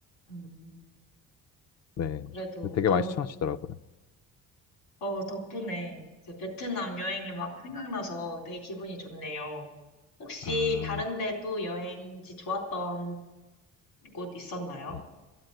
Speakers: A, on the left; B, on the left.
A: 음,
B: 네.
A: 그래도
B: 근데 되게
A: 너무
B: 많이 추천하시더라고요.
A: 어, 덕분에 이제 베트남 여행이 막 생각나서 되게 기분이 좋네요. 혹시
B: 아,
A: 다른데 또 여행지 좋았던 곳 있었나요?
B: 네.